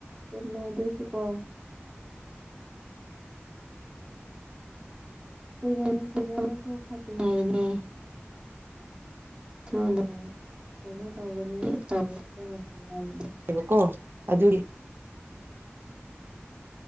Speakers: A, on the right (about 25°); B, on the right (about 55°).
A: ꯆꯨꯝꯃꯦ ꯑꯗꯨꯁꯨꯀꯣ ꯀꯨꯏꯅ ꯅꯨꯡꯁꯤꯅꯕꯁꯨ ꯐꯠꯇꯦ ꯍꯥꯏꯅꯦ ꯊꯨꯅ ꯀꯩꯅꯣ ꯇꯧꯒꯅꯤ ꯇꯧꯕꯅꯥ ꯂꯐꯩ ꯍꯥꯏꯕꯅꯤ
B: <unintelligible> ꯀꯣ ꯑꯗꯨꯒꯤ